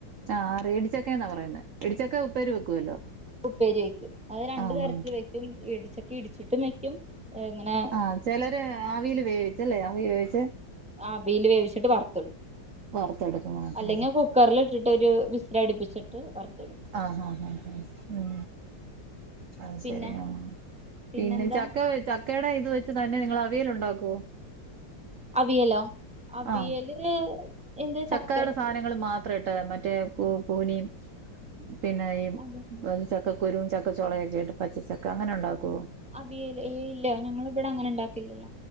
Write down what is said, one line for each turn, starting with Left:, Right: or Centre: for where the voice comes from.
Right: ആഹ് അറിയാ ഇടിച്ചക്ക എന്നാ പറയുന്നെ ഇടിച്ചക്ക ഉപ്പേരി വെക്കുവല്ലോ?
Centre: ഉപ്പേരി വെക്കും അത് രണ്ട്
Right: ആഹ്
Centre: തരത്തിൽ വെക്കും ഇടിച്ചക്ക ഇടിച്ചിട്ടും വെയ്ക്കും ഏഹ് ഇങ്ങനെ
Right: ആഹ് ചെലര് ആവീല് വേവിച്ചല്ലേ ആവി വേവിച്ച്
Centre: ആവീൽ വേവിച്ചിട്ട് വറ്ത്തിടും
Right: വറുത്തെടുക്കും ആഹ്
Centre: അല്ലെങ്കിൽ കുക്കറിലിട് ഇട്ടിട്ടൊരു വിസ്സില് അടിപ്പിച്ചിട്ട് വറത്തിടും
Right: ആഹ് ആഹ് ആഹ് ഉം അത് ശരി
Centre: പിന്നെ
Right: ആഹ്
Centre: പിന്നെന്താ
Right: പിന്നെ ചക്ക വെ ചക്കേടെ ഇത് വെച്ച് തന്നെ നിങ്ങള് അവിയല് ഒണ്ടാക്കുവോ?
Centre: അവിയലൊ അവിയല്
Right: ആഹ്
Centre: എന്ത്
Right: ചക്കയുടെ
Centre: ചക്ക
Right: സാധനങ്ങൾ മാത്ര ഇട്ട് മറ്റേ കൂ കൂനിയും പിന്നെ ഈ
Centre: അതെ
Right: ചക്ക കുരും ചക്ക ചൊളയൊക്കെ ഇട്ട് പച്ചചക്ക അങ്ങനെ ഉണ്ടാക്കുവോ?
Centre: അവിയല് ഏയ് ഇല്ല ഞങ്ങള് ഇവിടെ അങ്ങനെ ഉണ്ടാക്കിലല്ല